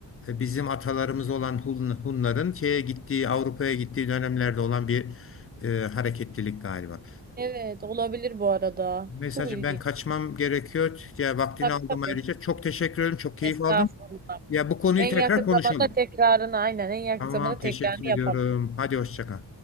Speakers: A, on the left (about 35°); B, on the right (about 25°).
A: e, bizim atalarımız olan Hun- Hunların şeye gittiği Avrupa'ya gittiği dönemlerde olan bir e, hareketlilik galiba.
B: evet olabilir bu arada.
A: Mesajım
B: Çok ilginç.
A: ben kaçmam gerekiyor. Ya vaktini
B: Tabii
A: aldım
B: tabii.
A: ayrıca. Çok teşekkür ederim. Çok keyif
B: Estağfurullah.
A: aldım. Ya bu konuyu
B: En
A: tekrar
B: yakın
A: konuşalım.
B: zamanda tekrarını aynen en yakın
A: Tamam,
B: zamanda
A: teşekkür
B: tekrarını
A: ediyorum.
B: yapalım.
A: Hadi hoşça kal.